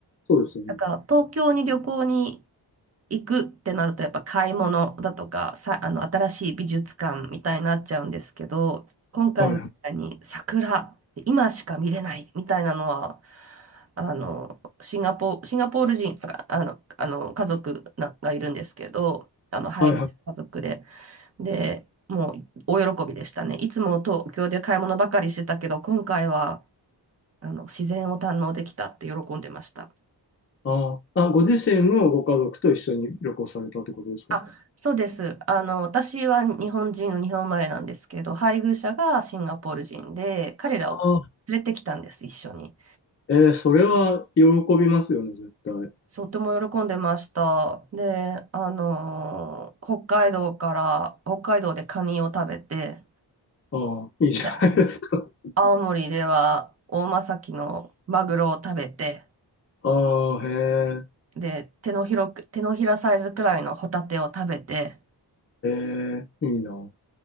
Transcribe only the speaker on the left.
うですよね。
はいはい。
はいはい。
あーあ、ご自身のご家族と一緒に旅行されたってことですか
ああ。
えーそれは喜びますよね、絶対。
ああ、いいじゃないですか。
ああ、へ
え、ええ、いいな。